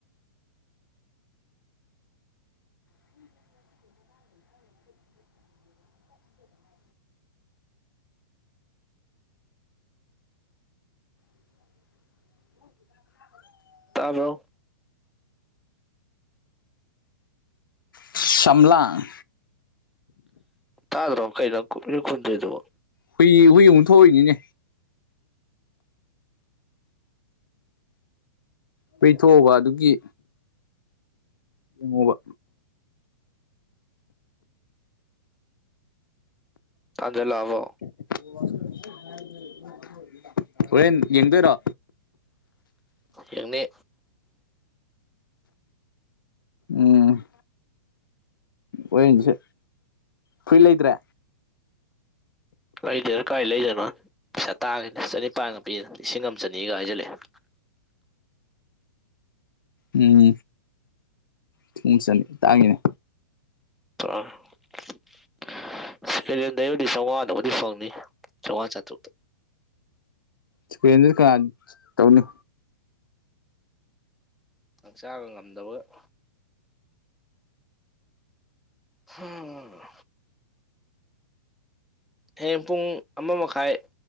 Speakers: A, on the left; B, in the centre.
A: <unintelligible> <inaudible> ꯍ <inaudible>
B: ꯇꯥꯕ꯭ꯔꯣ
A: ꯁꯝꯂꯥꯡ
B: ꯇꯥꯗ꯭ꯔꯣ ꯀꯩꯅꯪ ꯈꯨꯟ ꯈꯨꯟꯗ꯭ꯔꯤꯗꯨꯕꯣ
A: ꯍꯨꯏ ꯍꯨꯏ ꯑꯃꯨꯛ ꯊꯣꯛꯑꯣꯏꯅꯤꯅꯦ ꯄꯩꯊꯣꯛꯑꯨꯕ ꯑꯗꯨꯒꯤ ꯃꯨꯕ
B: ꯑꯗꯦ ꯂꯥꯛꯑꯕꯣ
A: <unintelligible> ꯍꯣꯔꯦꯟ ꯌꯦꯡꯗꯣꯏꯔꯣ
B: ꯌꯦꯡꯅꯤ
A: ꯎꯝ ꯍꯨꯔꯦꯟꯁꯦ ꯐꯨꯔꯤ ꯂꯩꯇ꯭ꯔꯦ
B: ꯂꯩꯗꯗ ꯀꯥꯏ ꯂꯩꯗꯣꯏꯅꯣ ꯄꯩꯁꯥ ꯇꯥꯡꯉꯦ ꯆꯅꯤꯄꯥꯟꯒ ꯄꯤ ꯂꯤꯁꯤꯡ ꯑꯝꯆꯅꯤꯒ ꯍꯥꯏꯖꯜꯂꯛꯑꯦ
A: ꯎꯝ ꯊꯨꯝ ꯆꯅꯤ ꯇꯥꯡꯉꯤꯅꯦ
B: ꯑꯥ <unintelligible> ꯁꯦꯀꯦꯂꯦꯟꯗꯩꯕꯨꯗꯤ ꯆꯧꯉꯥꯗꯕꯨꯗꯤ ꯐꯪꯅꯤ ꯆꯧꯉꯥ ꯆꯥꯇ꯭ꯔꯨꯛꯇ
A: ꯁꯨꯀꯦꯟꯗ꯭ꯔꯤ ꯀꯅꯥꯟ ꯇꯧꯅꯤ
B: ꯅꯪ ꯆꯥꯕ ꯉꯝꯗꯕꯒ ꯍꯨꯝ ꯍꯌꯦꯡ ꯄꯨꯡ ꯑꯃ ꯃꯈꯥꯏ